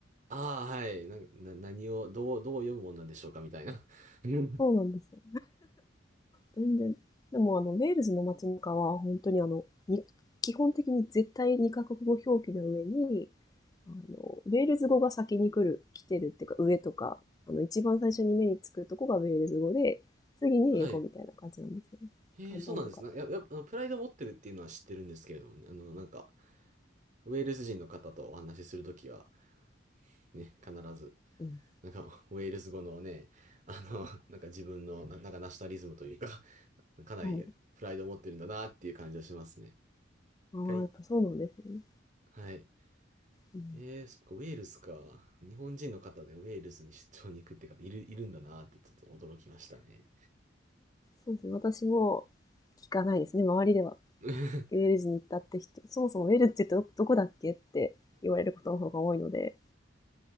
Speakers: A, on the right; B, on the left.
A: ああ、はい。なんか、な、何を、どう、どう読むもんなんでしょうかみたいな。<laughs>
B: そうなんですよ。全然。でも、あの、ウェールズの街中は、本当にあの、に、基本的に絶対にカ国語表記の上に、あの、ウェールズ語が先に来る、来てるっていうか、上とか、あの、一番最初に目につくとこがウェールズ語で、次に英語みたいな感じなんですよね。
A: はい。へえ、
B: 看板とか。
A: そうなんですね。や、やっぱ、あのプライドを持ってるっていうのは知ってるんですけれどもね。あの、なんか、ウェールズ人の方とお話しするときは、ね、必ず、
B: うん。
A: なんか、ウェールズ語のね、あの、なんか自分の、な、なんかナショナリズムというか、かなりプライドを持ってるんだなっていう感じはしますね。
B: うん、はい。ああ、
A: 一回、
B: やっぱそうなんですね。
A: はい。
B: うん、
A: えー、そっか、ウェールズか。日本人の方でウェールズに出張に行くって方いる、いるんだなってちょっと驚きましたね。
B: そうですね。私も聞かないですね、周りでは。
A: <laughs> え
B: ウェールズに行ったって人、そもそもウェールズってどどこだっけって言われることの方が多いので、